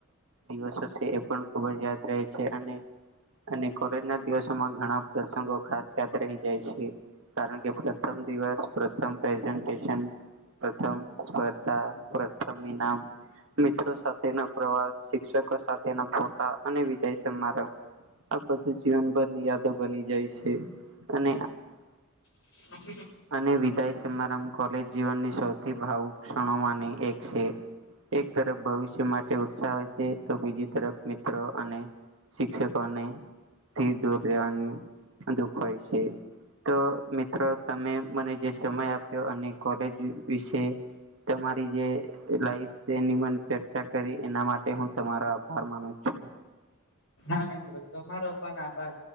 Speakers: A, on the right (about 65°); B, on the left (about 70°).
A: દિવસ હશે. એ પણ ખબ જ યાદ રહે છે. અને અને કોલેજ ના દિવસોમાં ઘણા પ્રસંગો ખાસ યાદ રહી જાય છે. કારણ કે પ્રથમ દિવસ, પ્રથમ પ્રેસેન્ટએશન. પ્રથમ સ્પર્ધા, પ્રથમ ઇનામ. મિત્રો સાથે પ્રવાસ. શિક્ષકો સાથેના ફોટા, અને વિદાય સમારંભ. આ બધું. જીવનભરની યાદો બની જાય છે. અને
B: <inaudible>
A: અને વિદાય સમારંભ, કોલેજ જીવનની સૌથી ભાવુ ક્ષણોમાંની એક છે. એક તરફ ભવિષ્ય માટે ઉત્સાહ હોય છે તો બીજી તરફ મિત્રો અને શિક્ષકોને થી દૂર રહેેવાની દુઃખ હોય છે તો મિત્રો તમે મને જે સમય આપ્યો અને કોલેજ વિશે તમારી જે લાઈફ વિશે છે એ ચર્ચા કરી એના માટે હું તમારો આભાર માનું છું
B: ફા મિત્રો તમારો પણ આભાર.